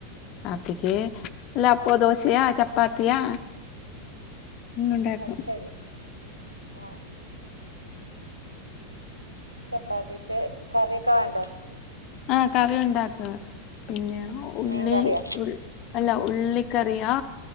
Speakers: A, on the left (about 40°); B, on the right (about 85°).
A: കാപ്പിക്ക് അല്ല അപ്പോ ദോശയാ ചപ്പാത്തിയാ ഉണ്ടാക്കും
B: അത് ശരി ആ ചപ്പാത്തിക്ക് കറിയൊക്കെ വേണ്ടേ
A: ആ കറി ഉണ്ടാക്കുക പിന്നെ ഉള്ളി
B: മീൻ കറിയോ
A: അല്ല ഉള്ളി കറിയാ